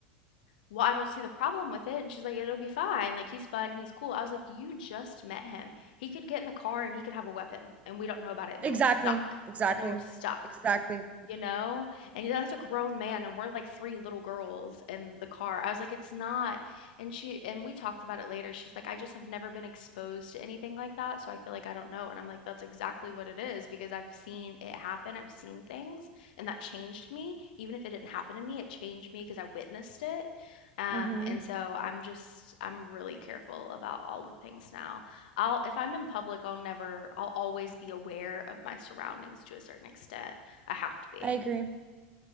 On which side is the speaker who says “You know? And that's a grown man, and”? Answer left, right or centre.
Left